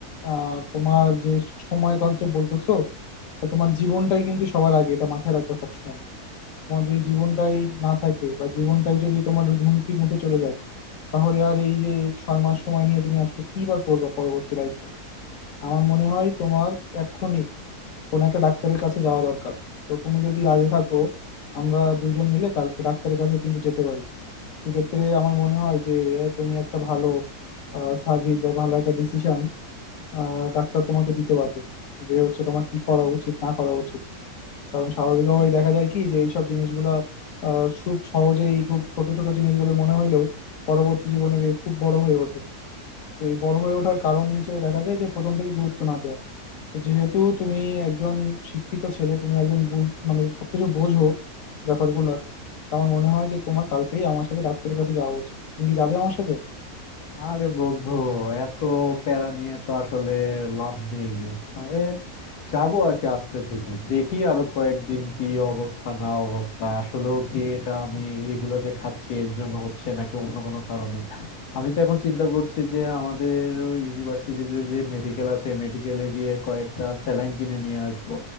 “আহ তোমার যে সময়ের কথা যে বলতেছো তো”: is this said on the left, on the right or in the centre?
Left